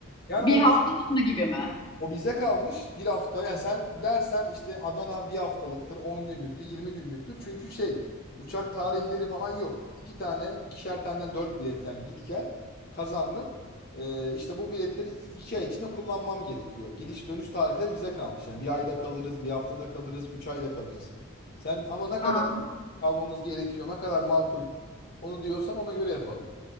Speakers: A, on the left; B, on the left.
A: yani
B: Bir
A: o
B: hafta sonu gibi mi?
A: O bize kalmış bir hafta. Yani sen dersen işte Adana bir haftalıktır, 10 günlüktür, 20 günlüktür. Çünkü şey uçak tarihleri falan yok. İki tane ikişer taneden dört bilet yani git gel kazandın. Ee, işte bu biletleri i- iki ay içinde kullanmam gerekiyor. Gidiş dönüş tarihleri bize kalmış. Yani bir ayda kalırız, bir haftada kalırız, üç ayda kalırız. Sen ama ne kadar
B: Aa,
A: kalmamız gerekiyor, ne kadar makul onu diyorsan ona göre yapalım.